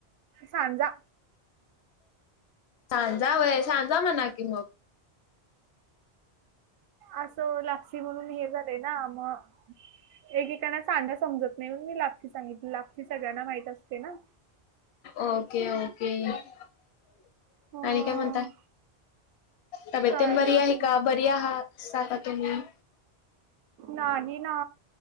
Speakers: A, on the right; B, on the left.
A: सांजा
B: सांजा वय सांजा म्हणा कि मग
A: असं लापसी म्हणून हे जात. मग एककाना चां समजत नाही म्ह मी लागत. सांगितली लाग सगळ्यांना माहित असते ना.
B: ओके ओके आणि
A: अ
B: काय म्हणताय. तब्येतन
A: काय
B: बरी
A: नाही
B: आहे का बरी आहात सांगा तुम्ही?
A: नाही ना